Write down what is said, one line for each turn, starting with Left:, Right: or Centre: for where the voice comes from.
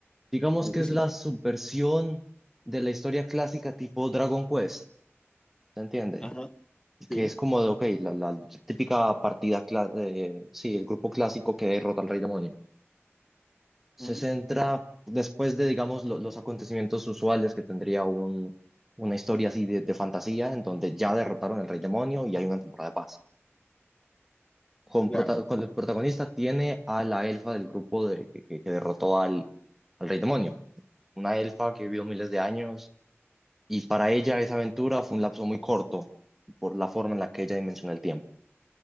Centre: digamos
Left: ¿De
Centre: que
Left: qué
Centre: es
Left: se
Centre: la
Left: trata?
Centre: subversión de la historia clásica tipo Dragon Quest, ¿se entiende?
Left: Ajá,
Centre: Que
Left: sí.
Centre: es como de, ok, la, la típica partida, cla- eh, sí, el grupo clásico que derrota al rey demonio. Se
Left: Ah,
Centre: centra
Left: ok,
Centre: después de, digamos, lo- los acontecimientos usuales que tendría un, una historia así de, de fantasía, en donde ya derrotaron al rey demonio y hay una temporada de paz. con,
Left: Claro.
Centre: prota- con el protagonista tiene a la elfa del grupo de, que, que- que derrotó al, al rey demonio. Una elfa que vivió miles de años y para ella esa aventura fue un lapso muy corto por la forma en la que ella dimensiona el tiempo.